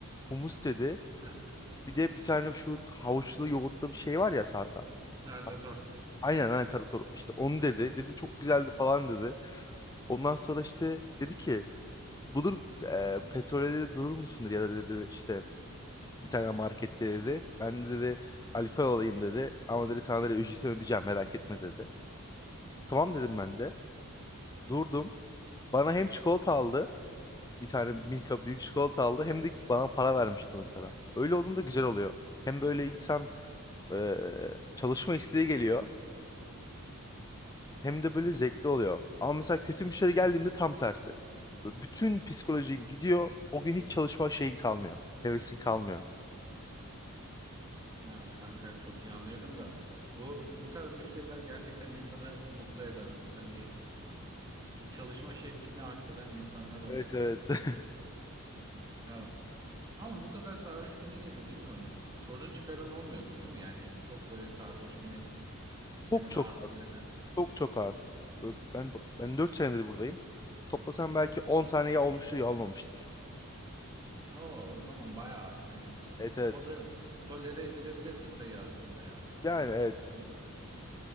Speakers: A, on the left; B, on the right.
A: Humus dedi.
B: Heh,
A: Bir de bir tane şu havuçlu yoğurtlu bir şey var ya tartar.
B: Predatör.
A: Tar- Aynen aynen tartar. İşte onu dedi. Dedi çok güzeldi falan dedi. Ondan sonra işte dedi ki bulur e, petrole dedi, durur musun dedi ya da dedi işte bir tane markette dedi. Ben de dedi alkol alayım dedi. Ama dedi sana dedi ücreti ödeyeceğim merak etme dedi. Tamam dedim
B: Hı
A: ben de. Durdum. Bana hem çikolata aldı bir tane Milka
B: hı.
A: büyük çikolata aldı. Hem de bana para vermişti mesela. Öyle olduğunda güzel oluyor. Hem böyle insan e, çalışma isteği geliyor. Hem de böyle zevkli oluyor. Ama mesela kötü müşteri geldiğimde tam tersi. Böyle Bütün psikolojin gidiyor. O gün hiç çalışma şeyin kalmıyor. Hevesin kalmıyor.
B: Ya kanka çok iyi anlıyorum da bu bu tarz müşteriler gerçekten insanı mutlu eden hani çalışma şevkini artıran insanlar oluyor.
A: Evet evet. <laughs>
B: Ya ama bu kadar sarhoş binince de bilmiyorum sorun çıkaran olmuyordur değil mi? Yani çok böyle sarhoş binip seni
A: Çok çok
B: rahatsız
A: az.
B: eden.
A: Çok çok az. Böyle Ben bak ben 4 senedir buradayım. Toplasam belki 10 tane ya olmuştur ya olmamıştır.
B: Oo, o zaman bayağı az hani
A: Evet evet.
B: o da tolere edilebilir bir sayı aslında ya.
A: Yani evet.
B: Hani